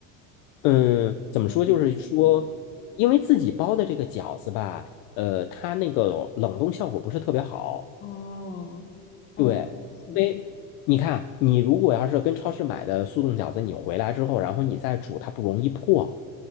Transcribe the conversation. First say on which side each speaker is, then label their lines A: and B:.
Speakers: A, on the left; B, on the left.
A: 嗯，怎么说？
B: 保自己吗？
A: 就是说，因为自己包的这个饺子吧，呃，它那个冷冻效果不是特别好。
B: 哦哦是
A: 对，因为你看，你如果要是跟超市买的速冻饺子，你回来之后，然后你再煮，它不容易破。